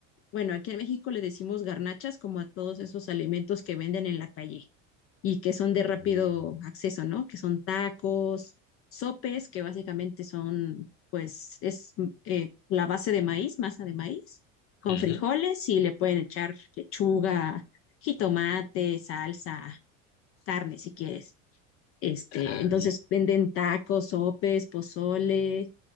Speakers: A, on the left; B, on the left.
A: Bueno, aquí en México le decimos garnachas como a todos esos alimentos que venden en la calle y que son de rápido
B: Mm.
A: acceso, ¿no? Que son tacos, sopes, que básicamente son, pues, es mm, eh, la base de maíz, masa de maíz, con
B: Ujú.
A: frijoles y le pueden echar lechuga, jitomate, salsa, carne si quieres. Este,
B: Ah,
A: entonces venden tacos, sopes, pozole,